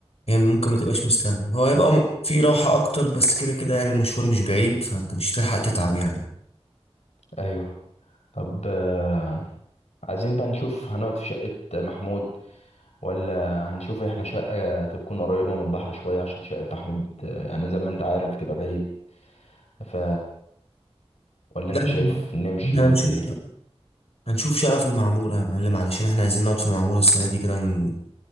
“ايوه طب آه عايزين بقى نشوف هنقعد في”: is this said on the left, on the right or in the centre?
Left